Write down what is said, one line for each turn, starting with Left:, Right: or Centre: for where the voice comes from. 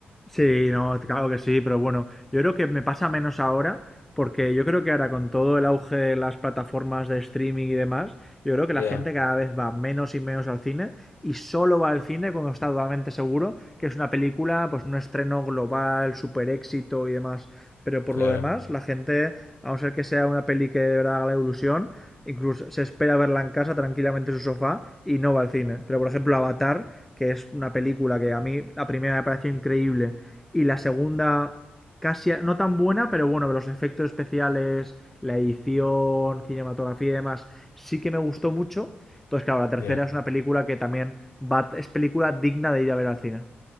Centre: Sí, no, claro que sí, pero bueno, yo creo que me pasa menos ahora, porque yo creo que ahora con todo el auge de las plataformas de streaming y demás, yo creo que la
Left: Ya,
Centre: gente cada vez va menos y menos al cine y solo va al cine cuando está totalmente seguro que es una película, pues un estreno global, super éxito y demás. Pero por
Left: claro.
Centre: lo demás, la gente, a no ser que sea una peli que de verdad haga la ilusión, Incluso se espera verla en casa tranquilamente en su sofá y no va al cine. Pero por ejemplo Avatar, que es una película que a mí la primera me pareció increíble y la segunda casi no tan buena, pero bueno, los efectos especiales, la edición, cinematografía y demás, sí que me gustó mucho. Entonces, claro, la tercera
Left: Ya,
Centre: es una película que también va, es película digna de ir a ver al cine.